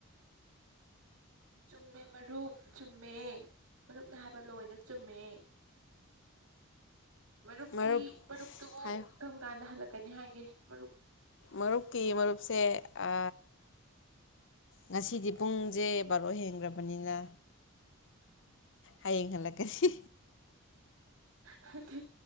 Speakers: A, on the right; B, on the left.
A: ꯆꯨꯝꯃꯦ ꯃꯔꯨꯞ ꯆꯨꯝꯃꯦ ꯃꯔꯨꯞꯅ ꯍꯥꯏꯕ ꯂꯣꯏꯅ ꯆꯨꯝꯃꯦ ꯃꯔꯨꯞꯀꯤ
B: ꯃꯔꯨꯞ
A: ꯃꯔꯨꯞꯇꯨꯕꯨ
B: ꯍꯥꯏꯌꯨ
A: ꯀꯝ ꯀꯥꯟꯗ ꯍꯜꯂꯛ ꯀꯩꯅꯤ ꯍꯥꯏꯒꯦ ꯃꯔꯨꯞ
B: ꯃꯔꯨꯞꯀꯤ ꯃꯔꯨꯞꯁꯦ ꯑ ꯉꯁꯤꯗꯤ ꯄꯨꯡꯁꯦ ꯕꯥꯔꯣ ꯍꯦꯟꯈ꯭ꯔꯕꯅꯤꯅ ꯍꯌꯦꯡ ꯍꯜꯂꯛꯀꯅꯤ
A: ꯅꯠꯇꯦ